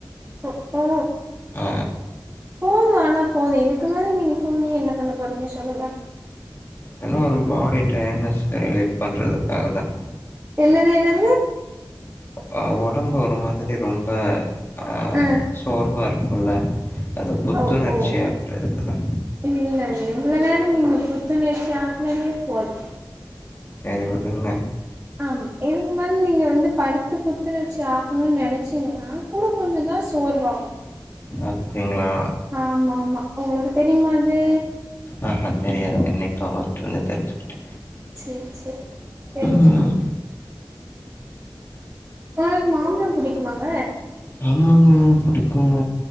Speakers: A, on the right; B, on the left.
A: ஒ ஓ
B: ஆ
A: போதும் அனா போதும் இதுக்கு மேலே நீங்க தூங்கி என்ன பண்ண போறீங்க சொல்லுங்க
B: ஏன்னா ரொம்ப ஆடிட்டேன் என்ன செலக்ட் பண்றதுக்காக தா
A: என்னது என்னது
B: ஆ ஒடம்பு ஒரு மாதிரி ரொம்ப அஹ்
A: ஆ
B: சோர்வா இருக்கும்ல அத புத்துணர்ச்சியாக்குறதுக்கு
A: ஓ ஓ
B: தா
A: இல்ல நிங்க இவளோ நேரோ நீங்க புத்துணர்ச்சி ஆக்னதே போது
B: எனக்கு விழுங்க
A: ஆமா எதுக்கு நீங்க வந்து படுத்து புத்துணர்ச்சி ஆக்கணுன்னு நினச்சிங்கா கூட கொஞ்சோ தா சோர்வாகு
B: அப்டிங்ளா
A: ஆமா ஆமா உங்களுக்கு தெரியுமா இது
B: ஆ தெரியாதுங்க இன்னைக்குதா <unintelligible> தெரிஞ்சி கிட்டே
A: செரி செரி தெரிஞ்சிக்கோங்க
B: ம்
A: உங்களுக்கு மாம்பழம் பிடிக்குமாங்க
B: அமாங்க பிடிக்குங்க